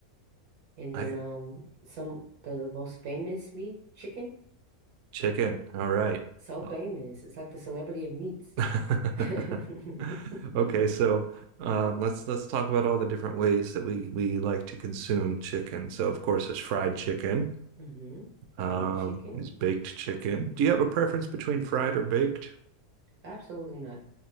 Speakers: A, on the right; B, on the right.
A: And
B: I
A: then um some the most famous meat, chicken.
B: Chicken. All right.
A: So
B: Well-
A: famous. It's like the celebrity of meats.
B: <laughs>
A: <laughs>
B: Okay, so um, let's let's talk about all the different ways that we we like to consume chicken. So of course, it's fried chicken.
A: hmm
B: Um,
A: Baked chicken?
B: there's baked chicken. Do you have a preference between fried or baked?
A: Absolutely not.